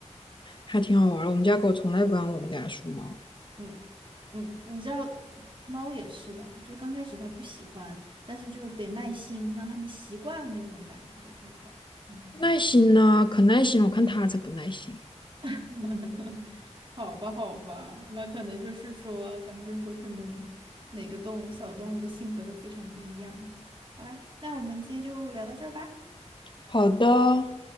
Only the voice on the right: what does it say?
嗯嗯，你知道猫也是的，就是刚开始它不喜欢，但是就得耐心让它们习惯那种感觉就好。嗯。
<laughs> 好吧，好吧，那可能就是说，咱们就是说，可能每个动物、小动物的性格都非常不一样。好啦，那我们今天就聊到这儿吧。